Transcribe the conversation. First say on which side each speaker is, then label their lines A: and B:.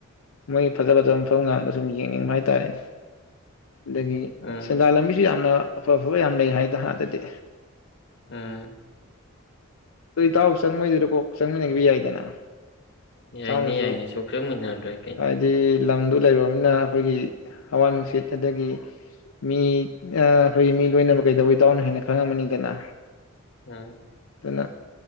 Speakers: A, on the left (about 85°); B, on the left (about 55°).
A: ꯃꯣꯏꯒꯤ ꯐꯖ ꯐꯖꯕ ꯃꯐꯝ ꯀꯗ ꯁꯨꯝ ꯌꯦꯡꯅꯤꯡꯕ ꯍꯥꯏꯇꯥꯔꯦꯅꯦ ꯑꯗꯒꯤ
B: ꯎꯝ
A: ꯁꯦꯟꯗꯥꯟ ꯂꯝꯕꯤꯁꯨ ꯌꯥꯝꯅ ꯑꯐ ꯑꯐꯕ ꯌꯥꯝ ꯂꯩ ꯍꯥꯏꯗ ꯍꯥꯟꯗꯗꯤ
B: ꯑꯝ
A: ꯇꯥꯎ ꯆꯪꯗꯗ ꯀꯣ ꯆꯪ ꯌꯥꯏꯗꯅ
B: ꯌꯥꯏꯅꯤ
A: ꯏꯇꯥꯎꯅꯁꯨ
B: ꯌꯥꯏꯅꯤ ꯁꯨꯡ ꯆꯃꯤꯟꯅꯔ꯭ꯔꯦ
A: ꯍꯥꯏꯗꯤ ꯂꯝꯗꯨ ꯂꯩꯔꯨꯅꯤꯅ ꯑꯩꯈꯣꯏꯒꯤ ꯍꯋꯥ ꯅꯨꯡꯁꯤꯠ ꯑꯗꯒꯤ ꯃꯤ ꯑꯩꯈꯣꯏꯒꯤ ꯃꯤ ꯂꯣꯏꯅꯕ ꯀꯩꯗꯧꯕ ꯏꯗꯎꯅꯣ ꯍꯦꯟꯅ ꯈꯪꯉꯝꯃꯅꯤꯗꯅ
B: ꯎꯝ
A: ꯑꯗꯨꯅ